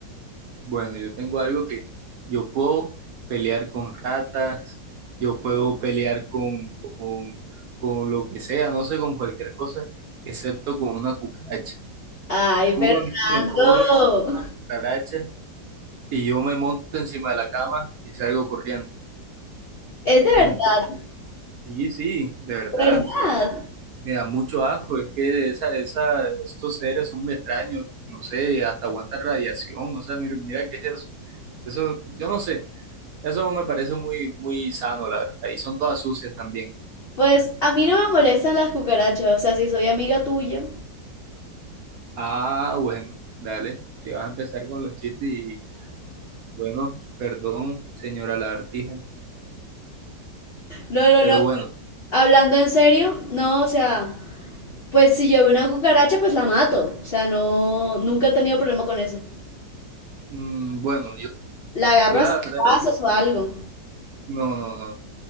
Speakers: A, on the right; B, on the left.
A: Bueno, yo tengo algo que yo puedo pelear con ratas, yo puedo pelear con, con, con lo que sea, no sé, con cualquier cosa, excepto con una cucaracha.
B: Ay,
A: Tú
B: Fernando.
A: a mí me pones una cucaracha y yo me monto encima de la cama y salgo corriendo.
B: Es de verdad,
A: Entonces, sí, sí, de verdad,
B: de verdad.
A: me da mucho asco, es que esa, esa, estos seres son muy extraños, no sé, hasta aguantan radiación, o sea, mira, mira qué es eso. Eso, yo no sé. Eso me parece muy, muy sano, la verdad. Ahí son todas sucias también.
B: Pues a mí no me molestan las cucarachas, o sea, si soy amiga tuya.
A: Ah, bueno, dale. Si vas a empezar con los chistes y, bueno, perdón, señora lagartija.
B: No, no,
A: Pero
B: no.
A: bueno,
B: Hablando en serio, no, o sea, pues si yo veo una cucaracha, pues la mato. O sea, no, nunca he tenido problema con eso.
A: mm, bueno, yo,
B: La agarro
A: yo
B: a
A: la verdad
B: pasos
A: es que
B: o algo.
A: no, no, no.